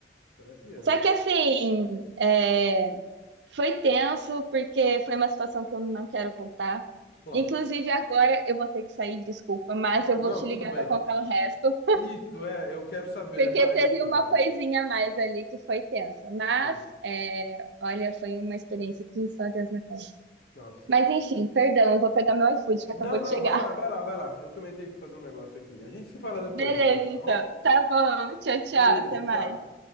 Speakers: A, on the left; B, on the right.
A: Era criança.
B: Só que assim, é, foi tenso porque foi uma situação que eu não quero voltar.
A: Claro.
B: Inclusive agora eu vou ter que sair, desculpa, mas
A: Isso,
B: eu vou
A: não,
B: te
A: tudo
B: ligar
A: bem.
B: para contar o resto,
A: Isso, é, eu quero saber
B: porque
A: mais
B: teve
A: coisa.
B: uma coisinha a mais ali que foi tensa. Mas
A: Sim.
B: é, olha, foi uma experiência que só Deus na cara.
A: Nossa.
B: Mas enfim, perdão, eu vou pegar meu iFood que
A: Não,
B: acabou
A: não,
B: de chegar.
A: vai lá, vai lá, vai lá. Eu também tenho que fazer um negócio aqui. A gente se fala depois,
B: Beleza,
A: então, tá
B: então.
A: bom?
B: Tá bom. Tchau, tchau.
A: Beijo,
B: Até mais.
A: tchau.